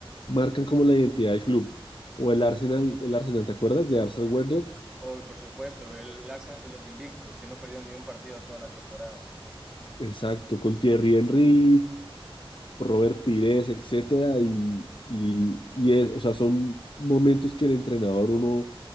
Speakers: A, on the left (about 55°); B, in the centre.
A: marcan como la identidad del club. O el Arsenal, el Arsenal, ¿te acuerdas de Arsenal Wenger?
B: Oh, y por supuesto, el Arsenal de los invictos, que no perdió ni un partido toda la temporada.
A: Exacto, con Thierry Henry Robert Pires, etcétera, y, y, y es, o sea, son momentos que el entrenador, uno,